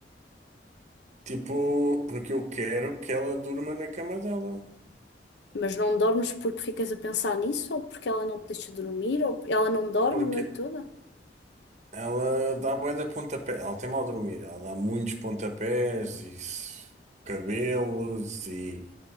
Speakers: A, on the right; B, on the left.
A: Tipo, porque eu quero que ela durma na cama dela.
B: Mas não dormes porque ficas a pensar nisso? Ou porque ela não te deixa dormir? Ou ela não dorme
A: Porque
B: a noite toda?
A: ela dá bué de pontapé. Ela tem mal dormir. Ela dá muitos pontapés e s- cabelos e